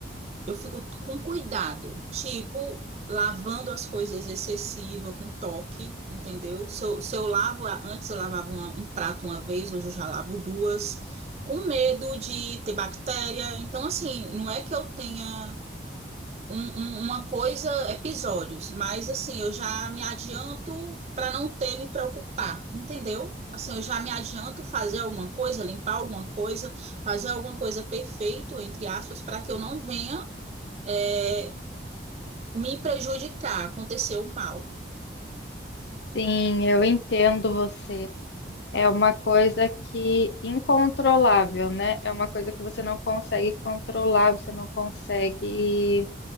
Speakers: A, on the right (about 35°); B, on the left (about 70°).
A: eu fico com cuidado, tipo, lavando as coisas excessiva, com toque, entendeu? Se eu, se eu lavo, a- antes eu lavava uma- um prato uma vez, hoje eu já lavo duas, com medo de ter bactéria. Então, assim, não é que eu tenha um- um- uma coisa, episódios, mas, assim, eu já me adianto para não ter me preocupar, entendeu? Assim, eu já me adianto fazer alguma coisa, limpar alguma coisa, fazer alguma coisa perfeito, entre aspas, para que eu não venha é, me prejudicar, aconteceu mal.
B: Sim, eu entendo você. É uma coisa que incontrolável, né? É uma coisa que você não consegue controlar, você não consegue